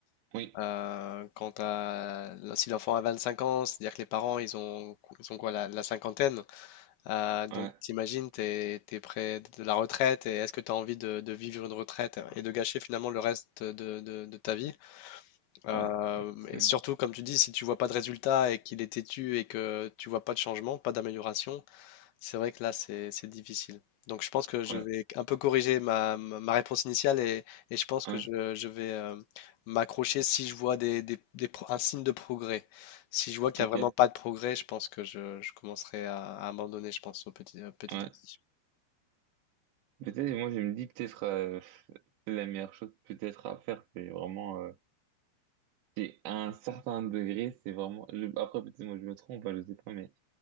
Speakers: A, on the right; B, on the left.
A: oui,
B: Euh, quand t'as- si l'enfant a 25 ans, c'est-à-dire que les parents, ils ont, ils ont quoi, la, la cinquantaine. Euh, donc,
A: ouais,
B: t'imagines, t'es, t'es près de la retraite et est-ce que tu as envie de, de vivre une retraite et de gâcher finalement le reste de, de- de ta vie? Euh,
A: ouais, c'est-
B: et surtout, comme tu dis, si tu vois pas de résultat et qu'il est têtu et que tu vois pas de changement, pas d'amélioration, c'est vrai que là, c'est c'est difficile. Donc, je pense que je
A: ouais,
B: vais un peu corriger ma, ma- ma réponse initiale et, et je pense que
A: ouais,
B: je, je vais euh, m'accrocher si je vois des, des- des pro- un signe de progrès. Si je vois qu'il
A: ok,
B: n'y a vraiment pas de progrès, je pense que je, je commencerai à, à abandonner, je pense, au petit, euh, petit
A: ouais.
B: à petit.
A: Peut-être, moi, je me dis, peut-être, euh, c'est la meilleure chose, peut-être, à faire, c'est vraiment, euh, c'est à un certain degré, c'est vraiment, je- après, peut-être, moi, je me trompe, hein, je sais pas, mais